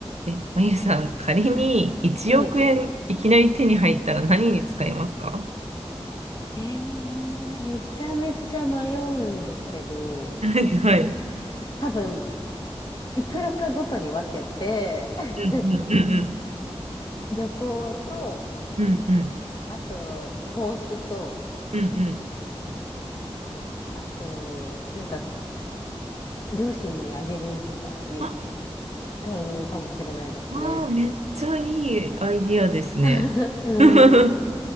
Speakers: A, on the right (about 85°); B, on the left (about 40°).
A: え、まゆさん、仮に1億円いきなり手に入ったら何に使いますか
B: はい。えー、めちゃめちゃ迷うんですけど、
A: <laughs> はい。
B: 多分、いくらかごとに分けて、<laughs>
A: うんうんうん
B: 旅行と、
A: うんうんうん
B: あと、投資と、
A: うんうん
B: あと、なんか、両親にあげるとかに
A: あ、
B: 使うかもしれないですね。
A: あー、めっちゃいいアイディアですね。
B: <laughs> うん。
A: <laughs>